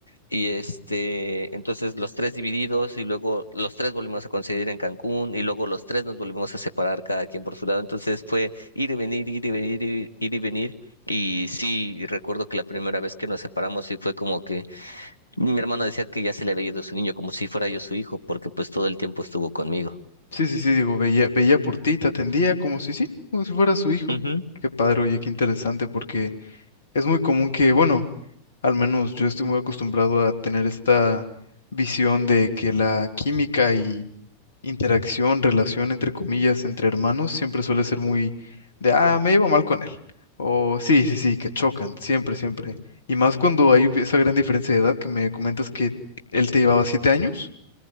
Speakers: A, on the left; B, on the left.
A: Y este, entonces los tres divididos y luego los tres volvimos a coincidir en Cancún y luego los tres nos volvimos a separar cada quien por su lado. Entonces fue ir y venir, ir y venir, ir, ir y venir. Y sí, recuerdo que la primera vez que nos separamos sí fue como que mi hermano decía que ya se le había ido su niño, como si fuera yo su hijo, porque pues todo el tiempo estuvo conmigo.
B: Sí, sí, sí, digo, veía, veía por ti, te atendía como si sí, como si fuera su hijo.
A: Ujú,
B: Qué padre, oye, qué interesante, porque es muy común que, bueno, al menos yo estoy muy acostumbrado a tener esta visión de que la química y interacción, relación, entre comillas, entre hermanos siempre suele ser muy de, ah, me llevo mal con él. O sí, sí, sí, que chocan, siempre, siempre. Y más cuando hay esa gran diferencia de edad que me comentas que él te llevaba siete años.